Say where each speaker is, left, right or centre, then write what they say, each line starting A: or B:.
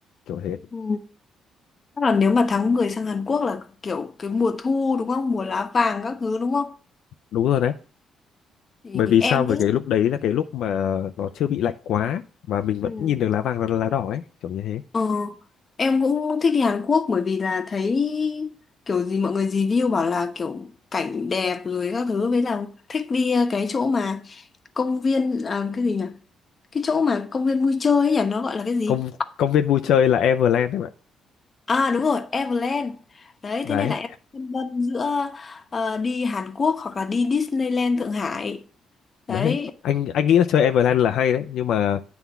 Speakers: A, on the left; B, on the left.
A: kiểu thế.
B: ừ, chắc là nếu mà tháng 10 sang Hàn Quốc là kiểu cái mùa thu đúng không? Mùa lá vàng các thứ đúng không?
A: Đúng rồi đấy.
B: Thì
A: bởi vì
B: em
A: sao bởi
B: cũng
A: cái lúc đấy là cái lúc mà nó chưa bị lạnh quá mà mình
B: ừ.
A: vẫn nhìn được lá vàng lá lá đỏ ấy kiểu như thế
B: Ờ, em cũng thích đi Hàn Quốc bởi vì là thấy kiểu gì mọi người review bảo là kiểu cảnh đẹp rồi các thứ với là thích đi ờ, cái chỗ mà công viên à, cái gì nhỉ? Cái chỗ mà công viên vui chơi ấy nhỉ, nó gọi là cái gì?
A: công công viên vui chơi là Everland em ạ
B: À đúng rồi, Everland. Đấy,
A: đấy
B: thế nên là em phân vân giữa ờ, đi Hàn Quốc hoặc là đi Disneyland Thượng Hải. Đấy.
A: đấy anh anh nghĩ là chơi Everland là hay đấy nhưng mà